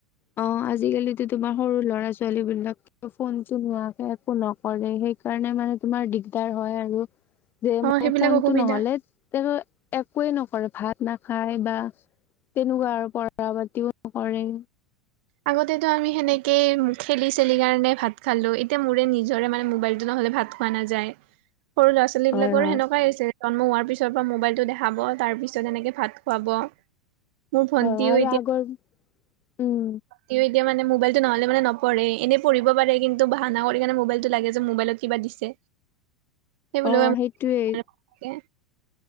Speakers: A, on the left; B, on the right.
A: অহ আজিকালিতো তোমাৰ সৰু ল'ৰা ছোৱালী বিলাক ফোনটো নোহোৱাকে একো নকৰে সেইকাৰণে মানে তোমাৰ দিগদাৰ হয় আৰু যে
B: অ,
A: মানে
B: সেইবিলাক
A: ফোনটো
B: অসুবিধা।
A: নহলে তেওঁ একোৱেই নকৰে ভাত নাখায় বা তেনেকুৱা আৰু পঢ়া পাতিও নকৰে
B: আগতেটো আমি সেনেকে খেলি চেলি কাৰণে ভাত খালো এতিয়া মোৰে নিজৰে মানে মোবাইলটো নহ'লে ভাত খোৱা নাযায় সৰু ল'ৰা ছোৱালী
A: হয়
B: বিলাকৰ
A: হয়।
B: সেনেকুৱাই হৈছে জন্ম হোৱাৰ পিছৰ পা মোবাইলটো দেখাব তাৰ পিছত এনেকে ভাত খুৱাব মোৰ ভন্টিও
A: হয় আৰু আগৰ উম
B: ইয়ো এতিয়া মানে মোবাইলটো নহলে মানে নপঢ়েই এনে পাঢ়িব পাৰে কিন্তু বাহানা কৰি কেনে মোবাইলটো লাগে যে মোবাইলত কিবা দিছে সেইবুলি
A: অ
B: কৈ
A: সেইটোৱেই